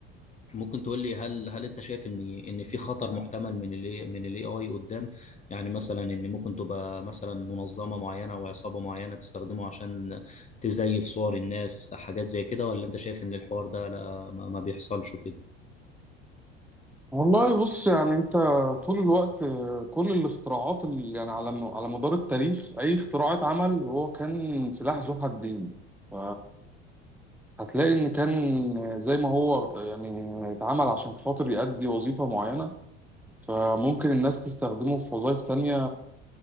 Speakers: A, on the left; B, in the centre.
A: ممكن تقول لي هل هل انت شايف ان ان في خطر محتمل من ال من الاي اي قدام يعني مثلا ان ممكن تبقى مثلا منظمه معينه او عصابه معينه تستخدمه عشان تزيف صور الناس حاجات زي كده ولا انت شايف ان الحوار ده لا ما ما بيحصلش وكده
B: والله بص يعني انت طول الوقت آه، كل الاختراعات اللي يعني على م- على مدار التاريخ اي اختراع اتعمل هو كان سلاح ذو حدين ف- هتلاقي إن كان زي ما هو يعني اتعمل عشان خاطر يأدي وظيفة معينة فممكن الناس تستخدمه في وظائف تانية